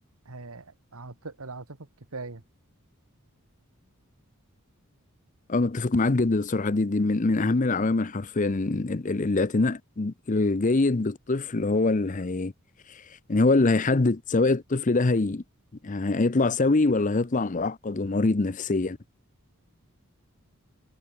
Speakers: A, on the right; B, on the left.
A: آه، عاط- العاطفة الكفاية
B: انا اتفق معاك جدا الصراحه دي, دي من, من اهم العوامل حرفيا ال- ال- الاعتناء الجيد بالطفل هو اللي هي يعني هو اللي هيحدد سواء الطفل ده هي... هيطلع سوي ولا هيطلع معقد ومريض نفسيا